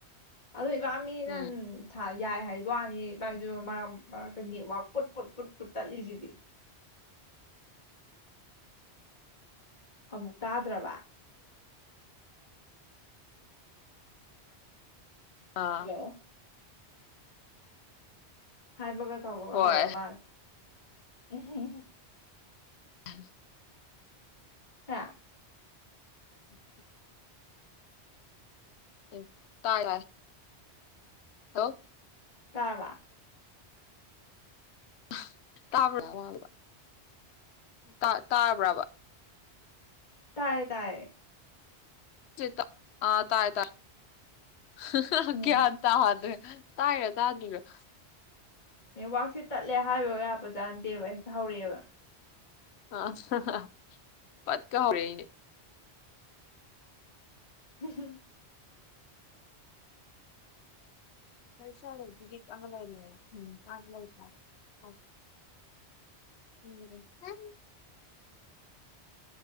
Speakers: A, on the left; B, on the left.
A: ꯑꯗꯣ ꯏꯕꯥꯝꯅꯤꯅ
B: ꯎꯝ
A: ꯊꯥꯏ ꯌꯥꯏ ꯍꯥꯏꯕ ꯋꯥꯅꯤ ꯑꯗꯨ ꯃꯔꯛ ꯃꯔꯛꯇ ꯅꯦꯠꯋꯥꯛ ꯄꯨꯠꯄꯨꯠ ꯇꯠꯂꯤꯁꯤꯗꯤ ꯑꯃꯨꯛ ꯇꯥꯗ꯭ꯔꯕ
B: ꯑꯥ
A: ꯍꯜꯂꯣ ꯍꯥꯏꯕꯒ ꯇꯥꯏꯕꯒ ꯇꯧꯕꯒ
B: ꯍꯣꯏ
A: ꯍꯧꯔꯃꯥꯜꯂꯦ ꯑꯦꯍ ꯍ
B: <inaudible>
A: ꯍꯥ
B: ꯎꯝ ꯇꯥ ꯇꯥꯢ ꯍꯜꯂꯣ
A: ꯇꯥꯔꯕ
B: <unintelligible> ꯇꯥ ꯇꯥꯕ꯭ꯔꯥꯕꯥ
A: ꯇꯥꯌꯦ ꯇꯥꯌꯦ
B: ꯆꯦꯇ ꯇꯥꯏ ꯇꯥꯏ ꯍꯍ
A: ꯎꯝ
B: ꯒꯌꯥꯟ ꯇꯥꯗꯔꯦ ꯇꯥꯏꯔ ꯇꯥꯗꯔꯤꯔ ꯈꯪ
A: ꯅꯦꯠꯋꯥꯥꯛꯁꯤ ꯇꯠꯂꯦ ꯍꯥꯏꯕꯒ ꯌꯥꯄꯖꯥꯠ ꯅꯠꯇꯦꯕ ꯍꯦꯛꯇ ꯍꯧꯔꯛꯑꯦꯕ
B: ꯑ ꯍ ꯍ ꯄꯠ ꯀꯥꯎꯔꯦ
A: ꯍꯨꯝ ꯍꯨꯝ
B: <unintelligible>